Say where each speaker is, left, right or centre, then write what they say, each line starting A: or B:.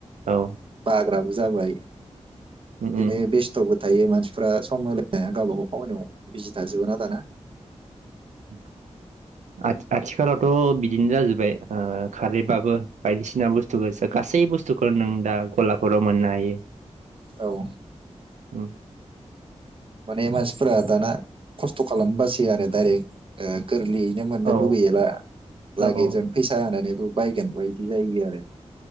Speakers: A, on the right; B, on the right.
A: औ
B: बाग्राबो जाबाय ।
A: उम
B: बिदिनो
A: उम
B: बेस्थबो थायो मानसिफ्रा सम होलायनोहाया गावबा गाव खामनायाव बिजि थाजोबोना दाना ।
A: <unintelligible> आ आतसा । <unintelligible> बिदिनो जाजोबबाय ओ खारैबाबो बायदिसिना बुस्थु गासै बुस्थु खो नों दा गला फराव मोननो हायो ।
B: औ ।
A: उम ।
B: माने मानसिफोरा दाना खस्थ खालामनो बासै आरो दडायरेक्ट ओ गोरलैयैनो मोननो
A: औ
B: लुुबैयो एबा
A: औ
B: लागेजों
A: औ
B: फैसा होनानै थ बायगोन बायदि जायो आरो